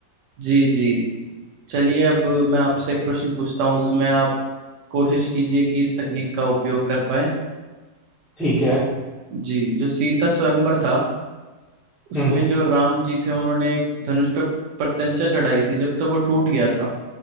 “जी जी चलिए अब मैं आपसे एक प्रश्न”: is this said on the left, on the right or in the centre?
Right